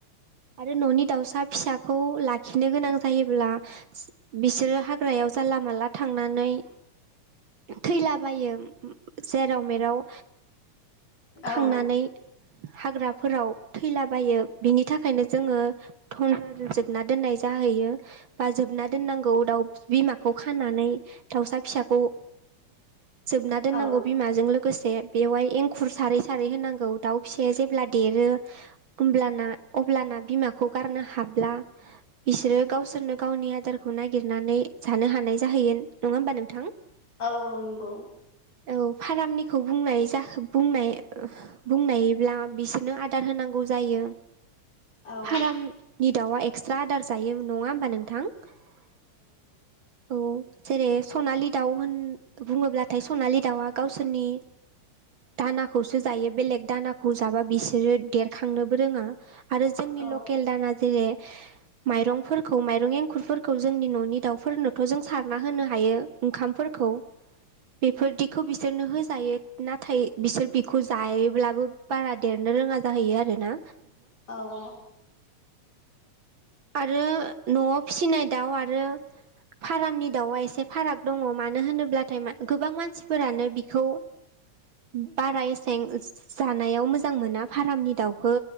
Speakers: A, on the right (about 50°); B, on the left (about 60°).
A: आरो न'नि दाउसा फिसाखौ लाखिनो गोनां जायोब्ला। बिसोरो हाग्रायाव जानला -मानला थांनानै थैलाबायो जेराव मेराव थांनानै
B: औ
A: हाग्राफोराव थैलाबायो बिनि थाखायनो जोङो थनज जोबना दोननाय जाहैयो बा जोबना दोननांगौ दाउ बिमाखौ खानानानै दावसा फिसाखौ जोबना दोननांगौ
B: औ
A: बिमाजों लोगो गोसे बेवहाय एंखुर सारै सारै होनांगौ दाउ फिसाया जेब्ला देरो होमब्लाना अब्लाना बिमाखौ गारनो हाब्ला बिसोरो गावसोरनो गावनि आदारखौ नागिरनानै जानो हानाय जाहैगोन नङा होमबा नोंथां
B: औ औ नंगौ
A: औ फारामनिखौ बुंनाय जा बुंनाय बुंनायब्ला बिसोरनो आदार होनांगौ जायो
B: औ
A: फाराम नि दाउआ एक्सट्रा आदार जायो नङा होनोमबा नोंथां औ जेरै सनालि दाउ होन बुङोब्लाथाय सनालि दाउआ गावसोरनि दाना खौसो जायो बेलेग दानाखौ जाबा बिसोरो देरखांनोबो रोङा आरो जोंनि
B: औ
A: लकेल दाना जेरै माइरंफोरखौ माइरं एंखुरफोरखौ जोंनि न'नि दाउफोरनोथ' जों सारना होनो हायो ओंखामफोर खौ बेफोरदिखौ बिसोरनो होजायो नाथाय बिसोर बेखौ जायोब्लाबो बारा देरनो रोङा जाहैयो आरो ना
B: औ औ
A: आरो न'आव फिसिनाय दाउ आरो फार्मनि दाउआ एसे फाराग दङ मानो होनोब्लाथाय गोबां मानसिफोरानो बिखौ <inaudible> बारा एसें जानायाव मोजां मोना फारामनि दाउखौ